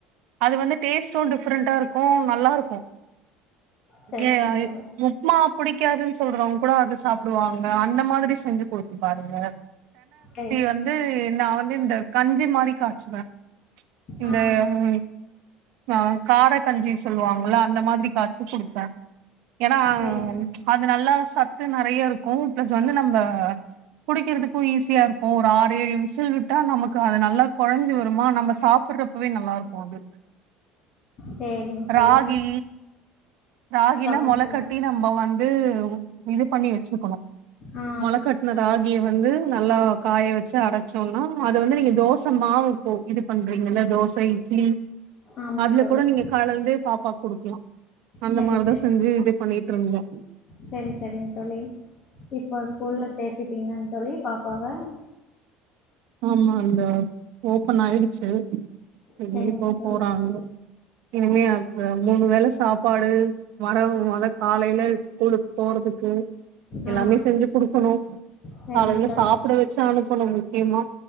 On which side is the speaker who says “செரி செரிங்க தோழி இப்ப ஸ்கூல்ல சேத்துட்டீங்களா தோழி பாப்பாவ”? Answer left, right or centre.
Left